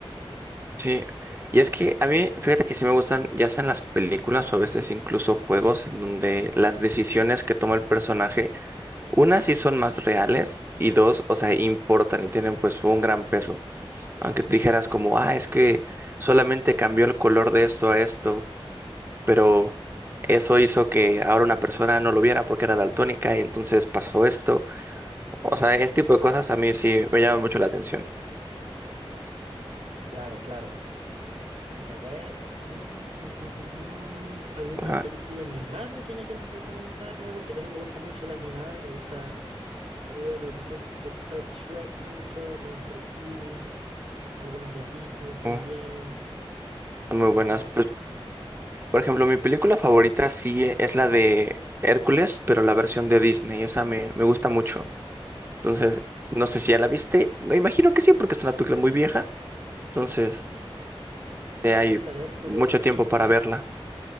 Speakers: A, on the right; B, on the right.
A: Sí, y es que a mí, fíjate que sí me gustan, ya sean las películas o a veces incluso juegos en donde las decisiones que toma el personaje, una sí son más reales y dos, o sea, importan y tienen pues un gran peso. Aunque tú dijeras como, ah, es que solamente cambió el color de esto a esto, pero eso hizo que ahora una persona no lo viera porque era daltónica y entonces pasó esto. O sea, este tipo de cosas a mí sí me llaman mucho la atención.
B: Claro, claro. Y a ver, mm, mm, mm, mm, mm, ¿alguna
A: Ajá.
B: película animada que me quieras recomendar? Porque también me gusta mucho la animada, me gusta, bueno, creo que como tú sabes, Shrek mucho, Monsters Inc., algunas de Disney también.
A: Mm, Muy
B: Y
A: buenas.
B: bueno, qui-
A: Pues Por ejemplo, mi película favorita sí es la de Hércules, pero la versión de Disney, esa me, me gusta mucho. Entonces, no sé si ya la viste, me imagino que sí, porque es una película muy vieja, entonces eh, hay
B: hoy la de Hércules,
A: mucho
B: sí,
A: tiempo para
B: em,
A: verla.